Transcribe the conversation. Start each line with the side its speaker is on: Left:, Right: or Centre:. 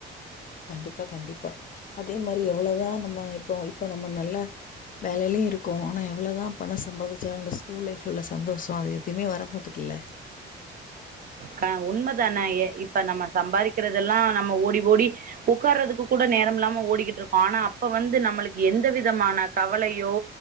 Left: கண்டிப்பா கண்டிப்பா அதே மாரி எவ்வளதா நம்ம இப்போ இப்ப நம்ம நல்ல வேலைலே இருக்கும் ஆனா எவ்வளதா பண சம்பாதிச்சாலு அந்த ஸ்கூல் லைஃப்ல உள்ள சந்தோஷோ அது எதுவுமே வரமாட்டுக்குல்ல
Right: க உண்மதானயே இப்ப நம்ம சம்பாரிக்கிறதெல்லா நம்ம ஓடி ஓடி உக்கார்றதுக்கு கூட நேரம் இல்லாம ஓடிக்கிட்டு இருக்கோ ஆனா அப்ப வந்து நம்மளுக்கு எந்த விதமான கவலையோ